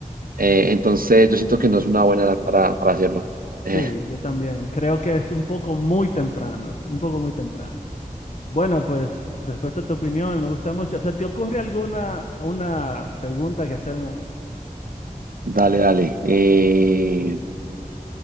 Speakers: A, on the right; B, on the left.
A: Eh, entonces yo siento que no es una buena edad para, para hacerlo.
B: Sí,
A: Eh,
B: yo también. Creo que es un poco muy temprano, un poco muy temprano. Bueno, pues respecto a tu opinión, me gusta mucho. O sea, ¿te ocurre alguna una pregunta que hacerme a mí?
A: dale, dale. Eh,